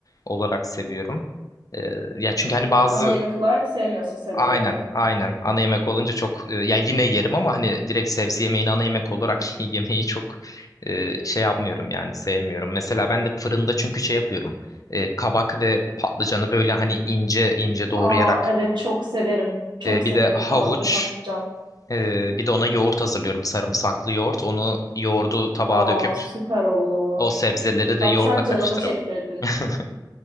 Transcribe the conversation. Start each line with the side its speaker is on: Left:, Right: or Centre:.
Left: olarak seviyorum. Ee, ya çünkü hani bazı
Right: Aa, Ana yemek olarak sevmiyorsun sebzeleri.
Left: Aynen, aynen. Ana yemek olunca çok e, ya yine yerim ama hani direkt sebze yemeğini ana yemek olarak <laughs> yemeyi çok e, şey yapmıyorum yani sevmiyorum. Mesela ben de fırında çünkü şey yapıyorum. E, kabak ve patlıcanı böyle hani ince ince doğrayarak
Right: Aa evet çok severim. Çok
Left: e, bir
Right: severim
Left: de havuç
Right: kabak ve patlıcan.
Left: e, bir de ona yoğurt hazırlıyorum sarımsaklı yoğurt. Onu yoğurdu tabağa
Right: Aa
Left: döküp
Right: süper olur.
Left: o sebzeleri de
Right: Bak
Left: yoğurtla
Right: şu an
Left: karıştırıp
Right: canımı çektirdin.
Left: <laughs>